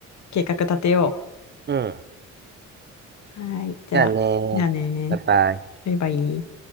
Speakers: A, on the left; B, on the right.
A: 計画立てよ
B: うん。
A: う。はい。じゃあ、
B: じゃあねバイバイ。
A: じゃあねーバイバイ。